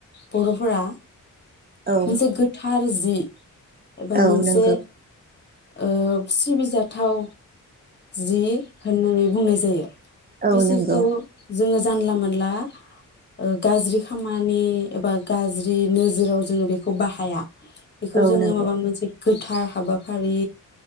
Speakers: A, on the left (about 35°); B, on the right (about 30°).
A: बर'फोरा
B: औ
A: मोनसे गोथार जि एबा
B: औ
A: मोनसे
B: नंगौ
A: ओ सिबिजाथ थाव जि होननानै बुंनाय जायो
B: औ
A: बिसि
B: नंगौ
A: खौ जोङो जानला मोनला ओ गाज्रि खामानि एबा गाज्रि नो जोराव जोङो बेखौ बाहाया बेखौ
B: औ
A: जोङो
B: नंगौ
A: माबा मोनसे गोथार हाबाफारि